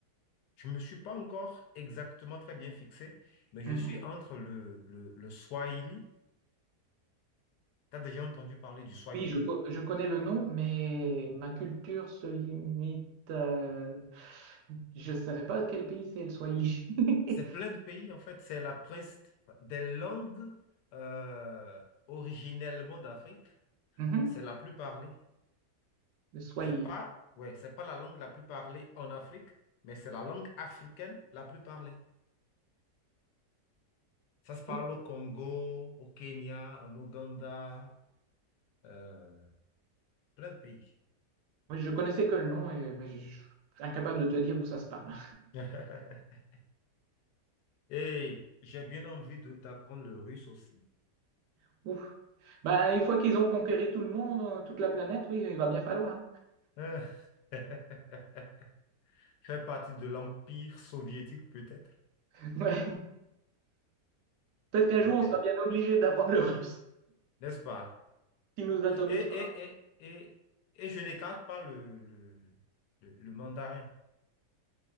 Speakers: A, on the left (about 85°); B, on the right (about 80°).
A: Je ne me suis pas encore exactement très bien fixé, mais
B: Mhm.
A: je suis entre le, le, le Swahili. Tu as déjà entendu parler du Swahili?
B: Oui, je, co- je connais le nom, mais ma culture se limite. euh, je ne saurais pas quel pays c'est, le Swahili. <laughs>
A: C'est plein de pays, en fait. C'est la prince enfin, des langues euh, originellement d'Afrique
B: Mhm,
A: C'est la plus parlée.
B: Le Swahili.
A: C'est pas, ouais, c'est pas la langue la plus parlée en Afrique, mais c'est la langue africaine la plus parlée. Ça se parle
B: Oui.
A: au Congo, au Kenya, en Ouganda, euh, plein de pays.
B: Oui, je connaissais que le nom, et, mais je, je- suis incapable de te dire où ça se parle.
A: <laughs> Et j'ai bien envie de- d'apprendre le russe aussi.
B: <laughs> Ouf. Bah, une fois qu'ils ont conquéri tout le monde, euh, toute la planète, oui, il va bien falloir.
A: Euh, <laughs> Faire partie de l'Empire soviétique peut-être,
B: <laughs> Ouais. Peut-être qu'un
A: peut-être,
B: jour, on sera bien obligé d'apprendre le russe,
A: n'est-ce pas?
B: qui nous atomise
A: Et, et, et, et, et je n'écarte pas le, le, le, le mandarin.